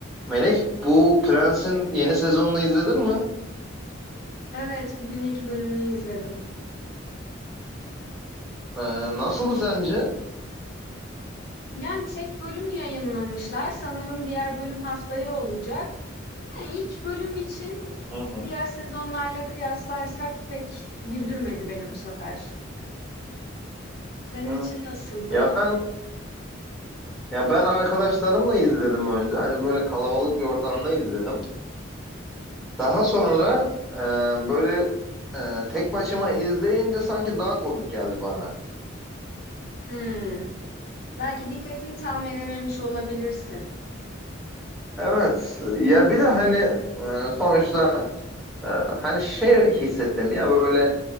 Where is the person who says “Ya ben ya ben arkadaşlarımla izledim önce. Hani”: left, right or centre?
Centre